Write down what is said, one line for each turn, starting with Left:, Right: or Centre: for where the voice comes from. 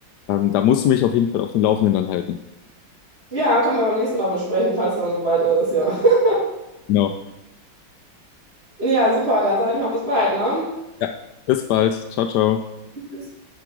Left: Ähm, da musst du mich auf jeden Fall auf dem Laufenden dann halten.
Right: Ja, können wir beim nächsten Mal besprechen, falls dann soweit ist, ja. <laughs>
Left: Genau.
Right: Ja, super, dann sage ich mal bis bald, ne?
Left: Ja, bis bald. Ciao, ciao.
Right: Bis